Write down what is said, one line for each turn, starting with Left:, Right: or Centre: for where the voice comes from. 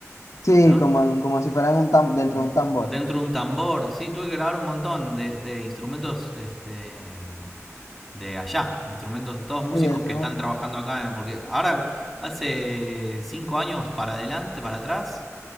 Left: Sí,
Centre: ¿no?
Left: como, en- como si fueran un tam- dentro
Centre: Un-
Left: de un tambor.
Centre: dentro de un tambor. Sí, tuve que grabar un montón de, de instrumentos este, de allá. Instrumentos de todos músicos
Left: Sí, ese
Centre: que
Left: es
Centre: están
Left: un,
Centre: trabajando acá. eh, Porque ahora, hace cinco años para adelante, para atrás,